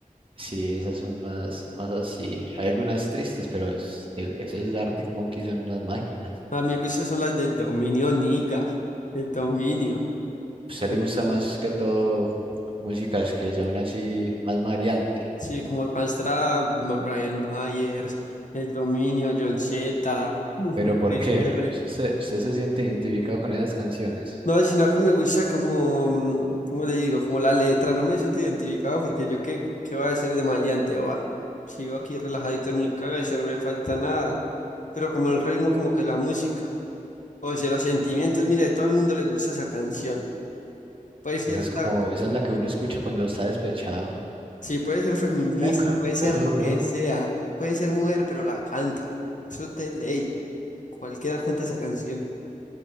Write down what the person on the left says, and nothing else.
A mí me gustan son las del dominio Niga, el dominio.
El
dom-
Sí, como Maestra Ma- Brian Myers, el dominio John Z, mm,
Chris
R.
No, sino que me gusta como, mm, ¿cómo le digo? Como la letra, no me siento identificado porque yo qué, qué voy a hacer de maleante, va. Sigo aquí relajadito en mi cabeza, no me falta nada. Pero como el ritmo, como que la música, o sea, los sentimientos, mire, a todo el mundo le gusta esa canción. Puede ser
la-
Sí, puede ser feminista,
puede ser lo
que sea, puede ser mujer, pero la canta. Eso es de ley. Cualquiera canta esa canción.